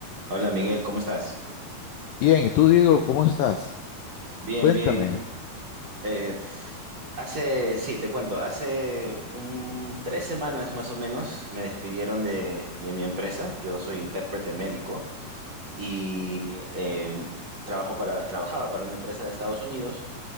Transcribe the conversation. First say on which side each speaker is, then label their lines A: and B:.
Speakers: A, on the right; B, on the left.
A: Hola Miguel, ¿cómo estás?
B: Bien, ¿y tú, Diego, cómo estás?
A: Bien,
B: Cuéntame.
A: bien. Eh, hace, sí, te cuento, hace un, tres semanas más o menos me despidieron de, de mi empresa. Yo soy intérprete médico y eh, trabajo para, trabajaba para una empresa de Estados Unidos